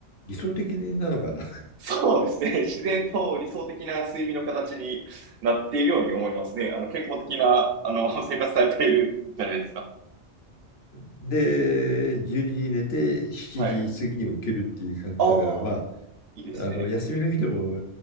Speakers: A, on the left (about 65°); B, on the right (about 65°).
A: 理想的なのかな。<laughs>
B: そうですね。<laughs> 自然と理想的な睡眠の形になっているように思いますね。あの、健康的な、あの、<laughs> 生活されているじゃないですか。
A: で、12時にじに寝て7時過ぎに起きるっていう感じだから、
B: はい。ああ、
A: まあ、
B: いいですね。
A: あの休みの日でも